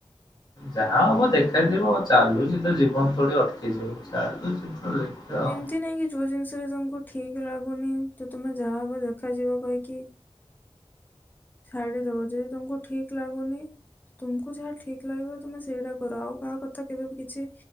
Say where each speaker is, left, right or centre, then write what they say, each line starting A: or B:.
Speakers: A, on the left; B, on the left.
A: ଯାହା ହବ ଦେଖା ଯିବ ଆଉ ଚାଲୁଛି ତ ଜୀବନ ତଡି ଅଟକି ଯିବ ଚାଲୁଛି ତ। ଦେଖିବା ଆଉ।
B: ଏମିତି ନାଇଁ କି ଯୋଉ ଜିନିଷରେ ତମକୁ। ଠିକ୍ ଲାଗୁନି ତ ତୁମେ ଯାହାହବ ଦେଖାଯିବ କହିକି। ଛାଡିଦବ ଯଦି ତମକୁ ଠିକ ଲାଗୁନି ତୁମକୁ ଯାହା ଠିକ ଲାଗିବ ତମେ ସେଇଟା କର ଆଉ କାହା କଥା କେବେ କିଛି